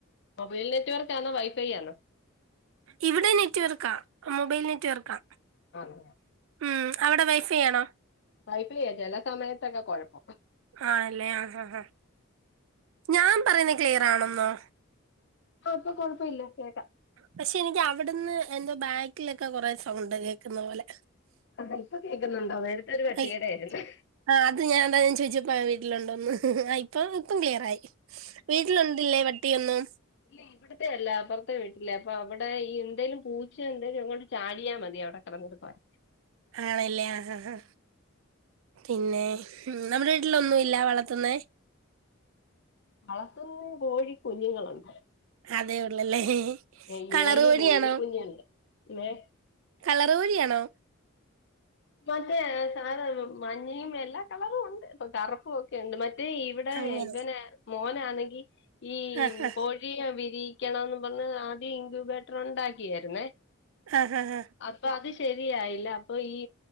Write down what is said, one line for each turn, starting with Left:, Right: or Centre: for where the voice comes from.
Left: മോബോയിൽ നെറ്റ്‌വർക്ക് ആണോ വൈഫൈ ആണോ.
Right: ഇവിടെ നെറ്റ്‌വർക്ക മൊബൈൽ നെറ്റ് വർക്കാ.
Left: ആഹ്
Right: ഉം അവിടെ വൈഫൈ ആണോ.
Left: ആഹ് ഇപ്പോ കേൾക്ക ചേലെ സമയത്തൊക്കെ കുഴപ്പം.
Right: ആലെ, ആ ആഹ് ആഹ് ഞാൻപറയുന്നേ ക്ലിയരണന്നോ
Left: ഓ ഇപ്പോ കൊഴപ്പില്ല കേക്കാം.
Right: പക്ഷെ എനിക്ക് അവിടുന്ന് എന്തോ ബാക്കിലൊക്കെ കൊറെേ സൗണ്ട് കേൾക്കുന്നത് പോലെ.
Left: താത്ത ഇപ്പോ കേൾക്കുന്നുണ്ടോ നേരത്തെ ഒരു പട്ടിയുണ്ടായിരുന്നു.
Right: ഐ ആ അത് ഞാൻ അങ്ങനെ ചോദിച്ചപ്പോ ആ വീട്ടിലുണ്ടോന്ന് ആയി ഇപ്പോം അപ്പം ക്ലിയരായി വീട്ടിലുണ്ടില്ലേ പട്ടി ഒന്ന്.
Left: ഇല്ലേ ഇവിടെ ഇവിടത്തെയല്ല അപർത്തെ വീട്ടില അപ്പോ അവിടെ ഈ എന്തേലും പൂച്ച എന്തേലും അങ്ങോട്ട് ചാടിയാൽ മതി അവിടെ കടന്ന് കൊറക്കാൻ..
Right: ആണല്ലേ ആഹ് ആ പിന്നെ നമ്മുടെ വീട്ടില് ഒന്നുല്ല വളത്തുന്നേ.
Left: വളത്തുന്നേ കോഴി കുഞ്ഞുങ്ങളുണ്ട്.
Right: അതേ ഉള്ളല്ലേ
Left: ഏ
Right: കളർ
Left: ഏഴു
Right: കോഴിയാണോ
Left: കോഴിക്കുഞ്ഞുണ്ട്, ലെ.
Right: കളറ് കോഴിയാണോ.
Left: മറ്റേ ഏ സാധ മഞ്ഞയും എല്ലാ കളറും ഉണ്ട് ഇപ്പോ കറുപ്പോകേണ്ട് മറ്റേ ഇവിടെ
Right: അങ്ങനെ
Left: ഇവിടെ ഇബന് മോനാണങ്കിൽ ഈ
Right: ആ ആ
Left: കോഴി കിയോ വിരിക്കണം എന്ന് പറഞ്ഞ് ആദ്യം ഇൻക്യൂബേറ്റർ ഉണ്ടാക്കിയായിരുന്നേ.
Right: ആഹ് ഹാ ഹ
Left: അപ്പോ അത് ശരിയായില്ല അപ്പൊ ഈ